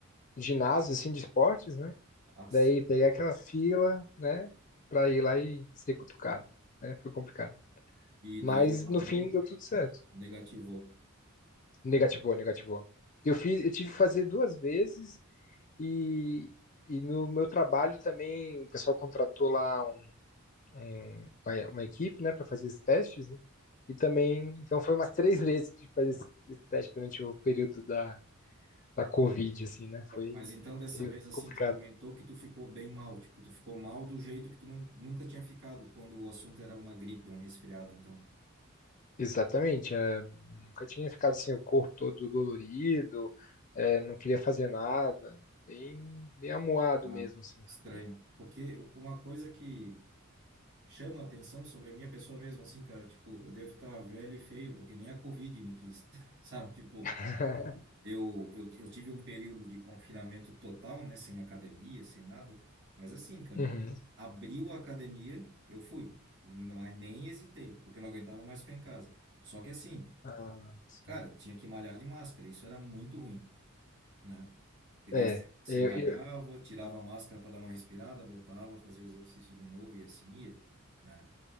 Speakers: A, on the left; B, on the right.
A: ginásio, assim, de esportes, né?
B: Nossa.
A: Daí peguei aquela fila, né, pra ir lá e ser cutucado. É, foi complicado.
B: E
A: Mas
B: daí lá
A: no
B: deu,
A: fim deu tudo certo.
B: negativou.
A: Negativou, negativou. Eu fiz, eu tive que fazer duas vezes E, e no meu trabalho também, o pessoal contratou lá um- um- uma, uma equipe, né, para fazer esses testes, né? E também, então foi umas três vezes de fazer esse, esse teste durante o período da, da Covid, assim, né? Foi
B: Mas então dessa
A: meio
B: vez assim
A: complicado.
B: tu comentou que tu ficou bem mal, tipo, tu ficou mal do jeito que tu nun- nunca tinha ficado quando o assunto era uma gripe, um resfriado, então.
A: Exatamente, é, nunca tinha ficado assim, o corpo todo dolorido, é, não queria fazer nada, bem, bem amuado
B: Ah,
A: mesmo, assim,
B: estranho.
A: foi bem.
B: Porque uma coisa que chama atenção sobre a minha pessoa mesmo assim, cara, tipo, eu devo estar velho e feio porque nem a Covid me quis, <laughs> sabe? Tipo,
A: <laughs>
B: Eu, eu, eu tive um período de confinamento total, né? Sem academia, sem nada. Mas assim, cara,
A: Uhum.
B: abriu a academia, eu fui. Não, aí nem hesitei, porque eu não aguentava mais ficar em casa. Só que assim,
A: Ah, sim.
B: cara, tinha que malhar de máscara. Isso era muito ruim, né? E
A: É,
B: daí você você
A: eu,
B: malhava,
A: eu-
B: tirava a máscara para dar uma respirada, botava, fazia o exercício de novo e assim ia, né?